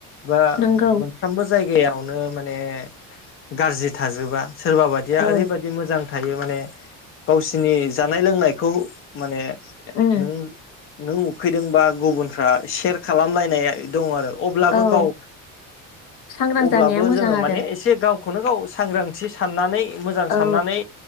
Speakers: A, on the left; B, on the left.
A: बा
B: नंगौ
A: मोनफ्रोमबो जायगायावनो माने ग्राजि थाजोबा सोरबा बायदिया
B: औ
A: ओरै बाय बिदि मोजां थायो माने गावसिनि जानाय लोंनायखौ माने
B: उम
A: नों-नों उखैदोंबा गुबुनफ्रा सेर खालामलायनाया दं आरो अब्लाबो
B: औ
A: गाव
B: सांग्रां
A: अब्लाबो
B: जानाया मोजां
A: जोङो
B: आरो
A: माने एसे गाव खौनो गाव सांग्रांथि साननानै मोजां
B: औ
A: साननानै